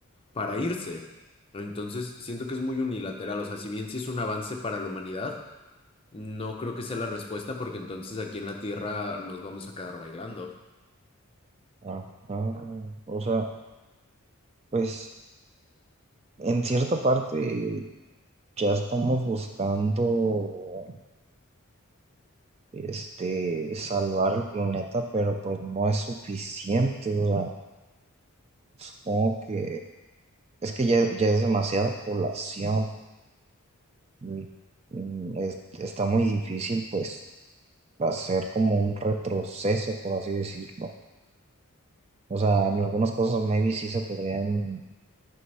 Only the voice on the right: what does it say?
Ah, ah, o sea, pues en cierta parte ya estamos buscando este salvar el planeta, pero pues no es suficiente, o sea, supongo que es que ya, ya es demasiada población y, mm, es- está muy difícil pues hacer como un retroceso, por así decirlo. O sea, en algunas cosas maybe sí se podrían